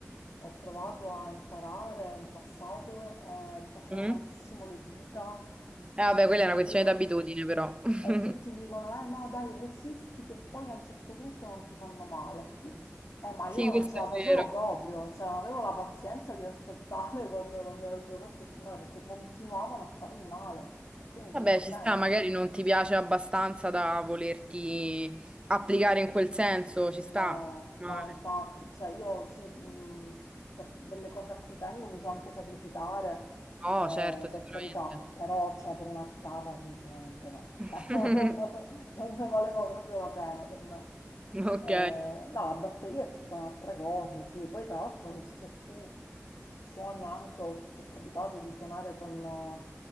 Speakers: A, on the left; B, on the right.
A: ho provato a imparare in passato e mi facevano
B: Mm.
A: malissimo le dita, un fastidio.
B: Eh, vabbè, quella è una questione d'abitudine, però. <laughs>
A: E tutti dicono, eh no, dai, resisti che poi a un certo punto non ti fanno male più. Eh, ma
B: Sì,
A: io non
B: questo
A: ce la
B: è
A: facevo
B: vero.
A: proprio, cioè non avevo la pazienza di aspettare <laughs> quando non mi avrebbero fatto più male, perché continuavano a farmi male. E quindi ho
B: Vabbè,
A: detto,
B: ci
A: senti.
B: sta, magari non ti piace abbastanza da volerti applicare in quel senso, ci
A: No,
B: sta. Normale.
A: no, infatti, cioè io sì, mh, per delle cose a cui tengo mi so anche sacrificare,
B: No,
A: eh,
B: certo, sicuramente.
A: per carità, però cioè, per una chitarra sinceramente no,
B: <laughs>
A: cioè, <laughs> non, non- non ne valeva proprio la pena per me.
B: Ok,
A: Eh, no, la batteria è tutta un'altra cosa, sì, poi tra l'altro non so se tu suoni anche o ti è capitato di suonare con,